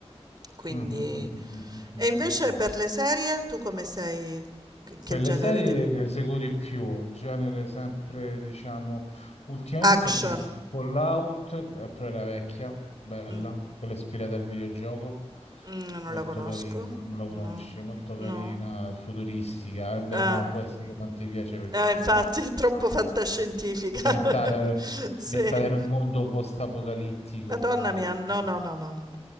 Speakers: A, on the right; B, on the left.
A: Quindi...
B: <laughs>
A: E invece per le serie, tu come sei? Che che
B: Per
A: genere
B: le serie
A: di...
B: le seguo di più, genere sempre, diciamo, ultimamente
A: Action.
B: ho visto Fallout, eh, però era vecchia, bella,
A: Mm.
B: quella ispirata al videogioco,
A: Mhmm, non
B: molto
A: la conosco.
B: carina, non la conosci,
A: No,
B: molto carina,
A: no.
B: futuristica, eh beh
A: Ah,
B: no, può essere che non ti piace perché
A: eh
B: è tipo
A: infatti
B: fantastica.
A: è troppo fantascientifica.
B: ambientata,
A: <laughs> Sì.
B: ambientata in un mondo post-apocalittico,
A: Madonna mia,
B: e
A: no,
B: poi
A: no, no, no, no,